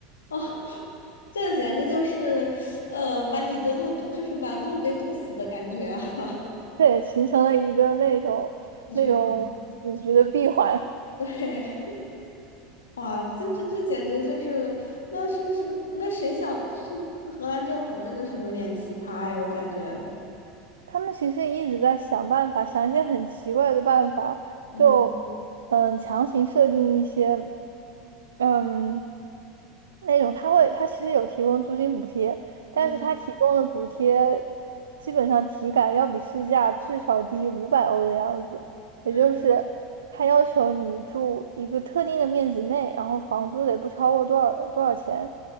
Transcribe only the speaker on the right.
这也形成了一个那种那种死局的闭环。
他们其实一直在想办法，想一些很奇怪的办法，
就嗯强行设定一些嗯那种他会他其实有提供租金补贴，但是他提供的补贴基本上体感要比市价至少低五百欧的样子，
也就是他要求你住一个特定的面积内，
然后房租得不超过多少多少钱。